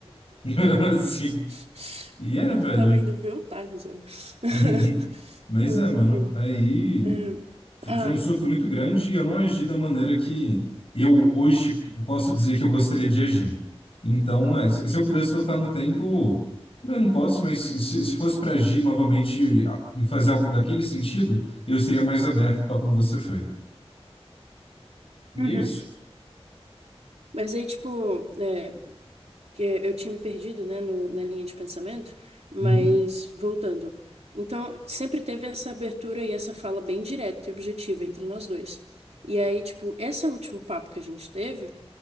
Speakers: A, on the left; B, on the right.
A: <laughs> Sim.
B: <laughs>
A: E
B: Enquanto
A: é, velho.
B: eu tava indo ver o Thales, olha. <laughs>
A: <laughs>
B: Mas,
A: Mas é, mano.
B: Enfim.
A: Aí
B: é,
A: f-
B: ah,
A: foi um surto muito grande e eu não agi da maneira que eu hoje posso dizer que eu gostaria de agir. Então, é, se se eu pudesse voltar no tempo, eu não posso, mas se, se fosse para agir novamente a- fazer algo daquele sentido, eu seria mais aberto, tal como você foi. E
B: Uhum.
A: é isso.
B: mas aí, tipo, é, que eu tinha me perdido, né, no- na linha de pensamento, mas
A: Uhum,
B: voltando. Então, sempre teve essa abertura e essa fala bem direta e objetiva entre nós dois. E aí, tipo, esse último papo que a gente teve